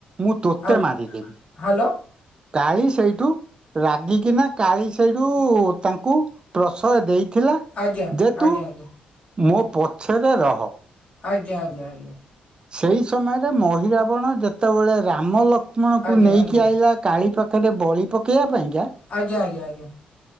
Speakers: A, on the right; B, on the left.
A: ମୁଁ ତୋତେ
B: ହାଲ
A: ମାରିଦେବି।
B: ହ୍ୟାଲୋ
A: କାଳି ସେଇଠୁ ରାଗିକିନା କାଳି ସେଇଠୁ ତାଙ୍କୁ ପ୍ରସୟ ଦେଇ ଥିଲା
B: ଆଜ୍ଞା
A: ଯେ
B: ଆଜ୍ଞା
A: ତୁ
B: ଆଜ୍ଞା
A: ମୋ ପଛରେ ରହ।
B: ଆଜ୍ଞା ଆଜ୍ଞା ଆଜ୍ଞା।
A: ସେହି ସମୟରେ ମହିରାବଣ ଯେତେବେଳେ ରାମ ଲକ୍ଷ୍ମଣକୁ
B: ଆଜ୍ଞା
A: ନେଇକି
B: ଆଜ୍ଞା
A: ଆଇଲା କାଳି ପାଖରେ ବଳି ପକାଇବା ପାଇଁକା।
B: ଆଜ୍ଞା ଆଜ୍ଞା ଆଜ୍ଞା।